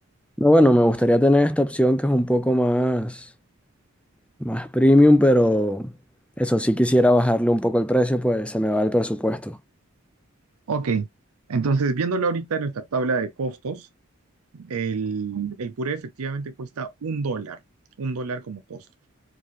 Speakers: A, in the centre; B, on the right.
A: No, bueno, me gustaría tener esta opción que es un poco más, más premium, pero eso sí quisiera bajarle un poco el precio, pues se me va el presupuesto.
B: Ok, entonces viéndolo ahorita en nuestra tabla de costos, el, el puré efectivamente cuesta un dólar, un dólar como costo.